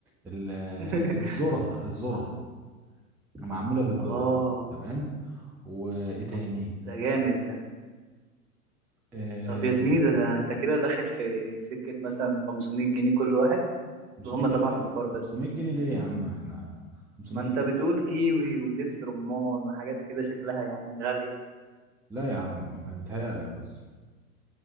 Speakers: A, in the centre; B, on the right.
A: ال-
B: <laughs>
A: الذرة الذرة معمولة بالذرة
B: اه
A: تمام وايه تاني
B: طب ده جامد
A: آه
B: طب يا زميلي ده, ده انت كده داخل في سكة مثلا 500 جنيه كل واحد
A: 500
B: اللي هم
A: جنيه
B: سبعة
A: ليه
B: انفار
A: 500
B: بس
A: جنيه ليه يا عم احنا 500
B: ما انت
A: جنيه
B: بتقول كيوي ودبس رمان وحاجات كده شكلها يعني غالية
A: لا يا عم متهيألك بس